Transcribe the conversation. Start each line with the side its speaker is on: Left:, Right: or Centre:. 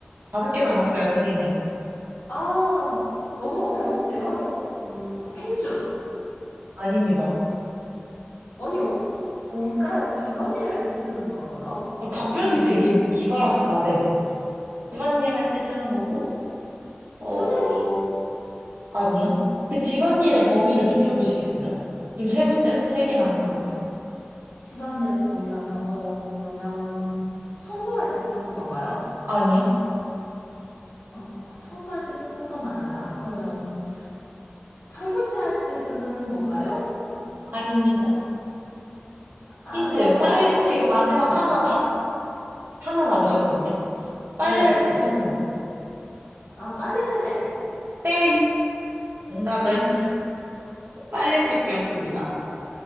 Right: 다섯 개 남았어요, 선생님.
Left: 아, 너무 어려운데요, 이거? 음, 행주.
Right: 아닙니다.
Left: 아니, 어, 뭘까요? 집안일 할 때 쓰는 거라고요?
Right: 어, 답변이
Left: 음,
Right: 되게 기발하시다, 네. 집안일 할 때 쓰는 거고, 어,
Left: 수세미?
Right: 아니요. 그 집안일의 범위를 좁혀보시겠어요? 지금 세 문제, 세 개 남았으니까.
Left: 집안일의 범위라면, 어, 그러면 청소할 때 쓰는 건가요?
Right: 아니요.
Left: 어, 그 청소할 때 쓰는 건 아니다. 그러면 설거지할 때 쓰는 건가요?
Right: 아닙니다.
Left: 아,
Right: 힌트. 빨, 지금 마지막 음. 하나 답, 하나 남으셨거든요. 빨래할
Left: 네네.
Right: 때 쓰는 거예요.
Left: 아, 빨래 세제.
Right: 땡! 정답은 빨래집게였습니다.